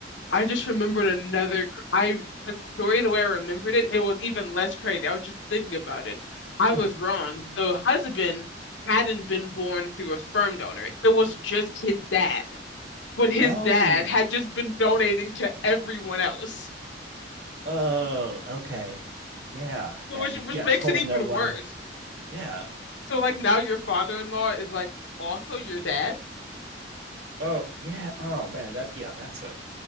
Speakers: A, on the left; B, on the right.
A: I just remembered another. cr- I the story the way I remembered it, it was even less crazy. I was just thinking about it. I was
B: Mhm.
A: wrong. The husband hadn't been born through a sperm donor. It was just his dad. But his
B: oh,
A: dad had just been donating to everyone else,
B: oh, okay, yeah,
A: so
B: and
A: which which
B: yeah,
A: makes
B: told
A: it even
B: no one.
A: worse.
B: Yeah.
A: So like now your father-in-law is like also your dad,
B: Oh, yeah. Oh man, that yeah, that's a.